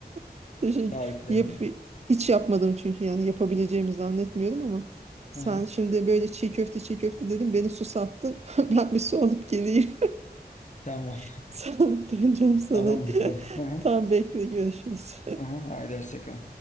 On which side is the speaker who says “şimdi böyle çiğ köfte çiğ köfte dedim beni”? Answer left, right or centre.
Right